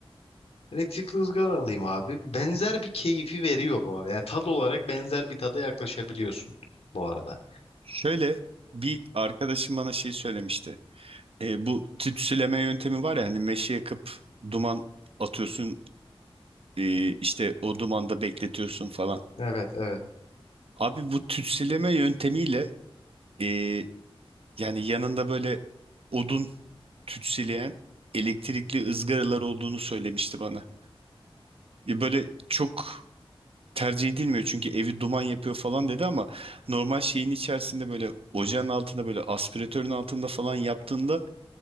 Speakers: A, on the left; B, on the right.
A: Elektrikli ızgara alayım abi. Benzer bir keyfi veriyor bu arada. Yani tad olarak benzer bir tada yaklaşabiliyorsun bu arada.
B: Şöyle bir arkadaşım bana şey söylemişti. E, bu tütsüleme yöntemi var ya hani meşe yakıp duman atıyorsun e, işte o dumanda bekletiyorsun falan.
A: Evet evet.
B: Abi bu tütsüleme yöntemiyle e, yani yanında böyle odun tütsüleyen elektrikli ızgaralar olduğunu söylemişti bana. E, böyle çok tercih edilmiyor çünkü evi duman yapıyor falan dedi ama normal şeyin içerisinde böyle ocağın altında böyle aspiratörün altında falan yaptığında